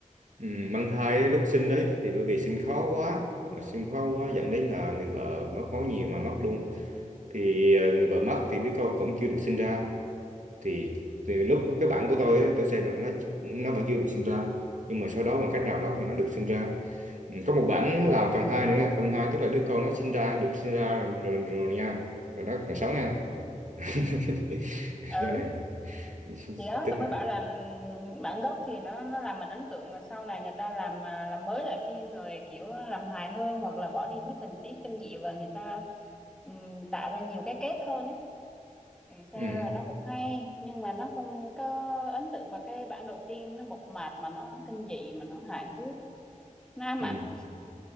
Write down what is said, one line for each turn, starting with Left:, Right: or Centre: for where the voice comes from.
Right: ừ, mang thai ấy, lúc sinh đấy thì bởi vì sinh khó quá mà sinh khó quá dẫn đến là người vợ mất máu nhiều mà mất luôn thì ờ, người vợ mất thì đứa con cũng chưa được sinh ra thì từ lúc cái bản của tôi ấy, tôi xem là nó nó vẫn chưa được sinh ra nhưng mà sau đó bằng cách nào đó thì nó được sinh ra Ừ, có một bản làm phần 2 nữa nha. phần 2 tức là đứa con nó sinh ra được sinh ra rồi, rồi, rồi nha rồi nó còn sống nha <laughs>
Centre: ừ ừ
Right: do này <laughs>
Centre: thì đó
Right: tức
Centre: tôi
Right: là
Centre: mới bảo là bản gốc thì nó nó làm mình ấn tượng mà sau này người ta làm à, làm mới lại phim rồi kiểu làm hài hơn hoặc là bỏ đi mấy tình tiết kinh dị và người ta ừm, tạo ra nhiều cái kết hơn ấy thì sao
Right: ừ,
Centre: là nó cũng hay nhưng mà nó không có ấn tượng mà cái bản đầu tiên nó mộc mạc mà nó kinh dị mà nó hài hước nó ám
Right: ừ.
Centre: ảnh